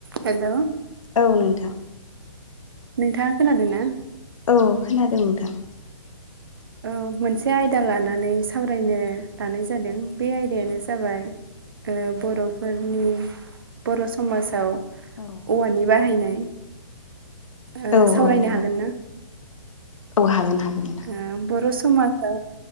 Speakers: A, on the right; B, on the left.
A: हेल'
B: औ नोंथां
A: नोंथाङा खोनादों ना?
B: औ खोनादों नोंथां।
A: औ मोनसे आयदा लानानै सावरायनो लानाय जादों बे आयदायानो जाबाय ओ बर'फोरनि बर' समाजाव
B: औ
A: औवानि बाहायनाय। ओ
B: औ औ
A: सावरायनो हागोन
B: औ
A: ना?
B: औ हागोन हागोन। नोंथां
A: ओ बर' समाजा